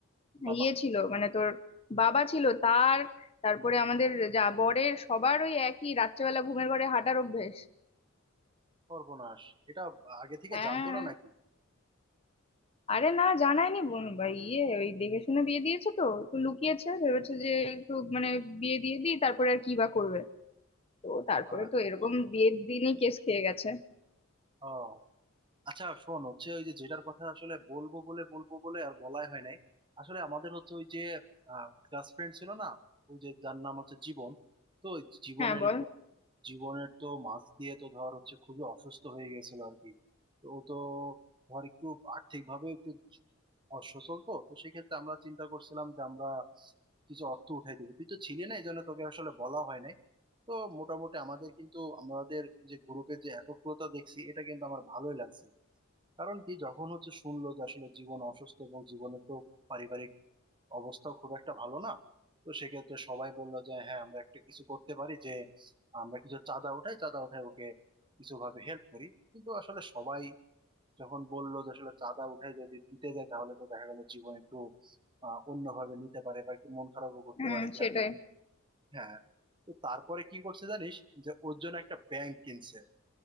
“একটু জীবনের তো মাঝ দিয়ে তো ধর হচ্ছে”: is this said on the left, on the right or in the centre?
Right